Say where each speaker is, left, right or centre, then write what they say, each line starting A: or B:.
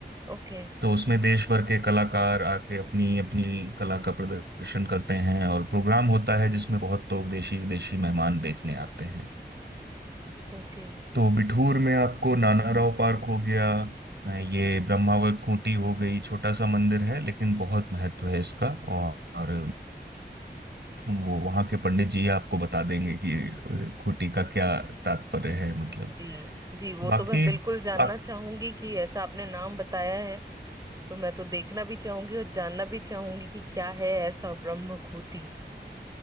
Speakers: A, on the right; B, on the right.
A: ओके
B: तो उसमें देश भर के कलाकार आके अपनी अपनी कला का प्रदर्शन करते हैं और प्रोग्राम होता है जिसमें बहुत लोग देशी विदेशी मेहमान देखने आते हैं
A: ओके
B: तो बिठूर में आपको नाना राव पार्क हो गया अ, ये
A: जी
B: ब्रह्मावत खूंटी हो गई छोटा सा मंदिर है लेकिन बहुत महत्व है इसका और वो वहाँ के पंडित जी आपको बता देंगे कि खूंटी का क्या तात्पर्य है मतलब
A: जी जी वो
B: बाकी
A: तो मैं बिल्कुल जानना
B: बाक,
A: चाहूंगी कि ऐसा आपने नाम बताया है तो मैं तो देखना भी चाहूंगी और जानना भी चाहूंगी कि क्या है ऐसा ब्रह्मखूटी